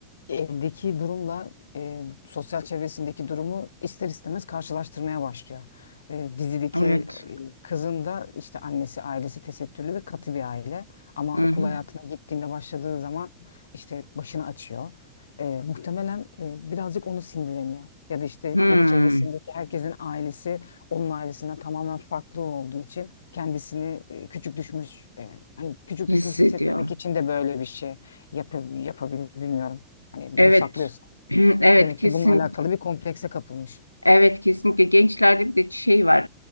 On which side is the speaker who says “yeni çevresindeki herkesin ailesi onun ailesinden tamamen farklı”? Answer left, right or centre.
Left